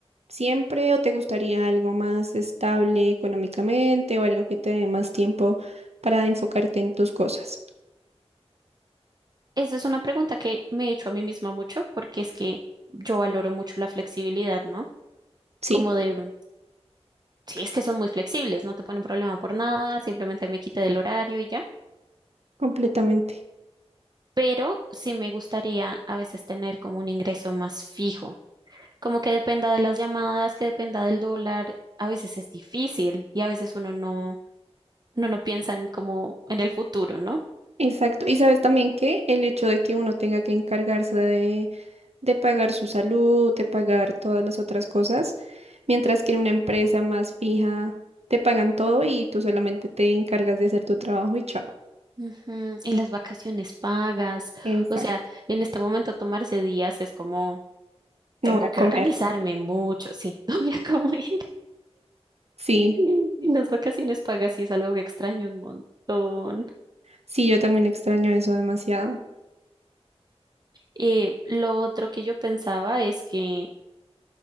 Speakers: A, on the right; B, on the right.
A: siempre o te gustaría algo más estable económicamente o algo que te dé más tiempo para enfocarte en tus cosas?
B: Esa es una pregunta que me he hecho a mí misma mucho porque es que yo valoro mucho la flexibilidad, ¿no?
A: Sí,
B: Como de, mm, sí, es que son muy flexibles, no te ponen problema por nada, simplemente me quita del horario y ya.
A: completamente.
B: Pero sí me gustaría a veces tener como un ingreso más fijo, como que dependa de las llamadas, que dependa del dólar. A veces es difícil y a veces uno no, uno no piensa en como en el futuro, ¿no?
A: Exacto. Y sabes también que el hecho de que uno tenga que encargarse de, de pagar su salud, de pagar todas las otras cosas, mientras que en una empresa más fija te pagan todo y tú solamente te encargas de hacer tu trabajo y chao.
B: Ujú, Y las vacaciones pagas,
A: Exacto.
B: o sea, en este momento tomarse días es como tengo
A: No voy a
B: que
A: comer.
B: organizarme mucho, sí, <laughs> no voy a comer.
A: Sí,
B: Y Las vacaciones pagas sí es algo que extraño un montón.
A: sí, yo también extraño eso demasiado.
B: Eh, lo otro que yo pensaba es que